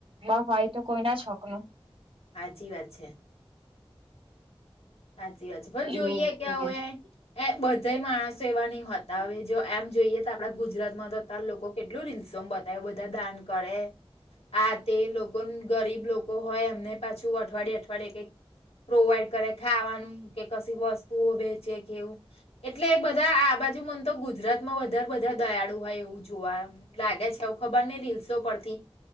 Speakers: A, on the right; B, on the left.
A: પણ હોય તો કોઈ ના જ હક નો.
B: સાચી વાત છે. હારી વાત છે પણ જોઈએ
A: એવું
B: કે હ
A: ભાઈ
B: એ બધા માણસો એવા નહી હોતા. અને જો એમ જોઈએ તો આપડા ગુજરાત માંતો અતાર લોકો કેટલું રીસોમા બતાવે બધા દાન કરે આ તે લોકો ગરીબ લોકો હોય એમને પાછું અઠવાડિયે અઠવાડિયે કઈક પ્રોવાઈડ કરે. ખાવાનું કે કશીક વસ્તુઓ વેચે કેવું એટલે એ બધા આ બાજુ મને તો ગુજરાત માં વધારે બધા દયાળુ હોય એવું જોવા લાગે છે એવું ખબર નહી રીલ્સો પરથી.